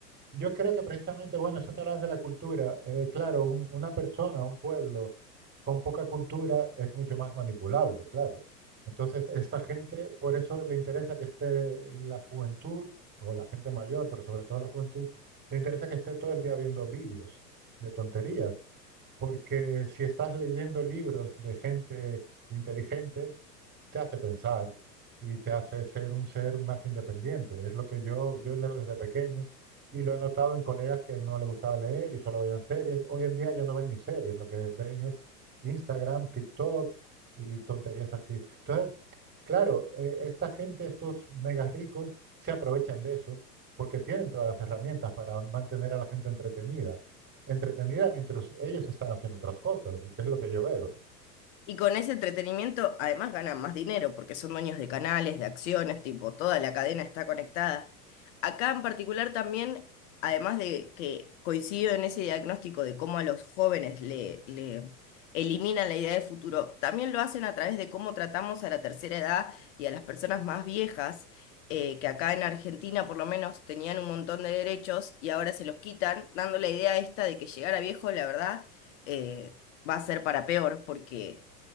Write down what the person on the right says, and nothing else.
yo creo que precisamente, bueno, eso que hablas de la cultura, eh, claro, un- una persona, un pueblo con poca cultura es mucho más manipulable, claro. Entonces, esta gente, por eso le interesa que esté la juventud, o la gente mayor, pero sobre todo la juventud, le interesa que esté todo el día viendo vídeos de tonterías. porque si estás leyendo libros de gente inteligente, te hace pensar y te hace ser un ser más independiente. Es lo que yo, yo leo desde pequeño y lo he notado en colegas que no les gustaba leer y solo veían series. Hoy en día ya no ven ni series, lo que ven es Instagram, TikTok y tonterías así. Entonces, claro, eh, esta gente, estos mega ricos, se aprovechan de eso porque tienen todas las herramientas para mantener a la gente entretenida entretenida mientras ellos están haciendo otras cosas, que es lo que yo veo.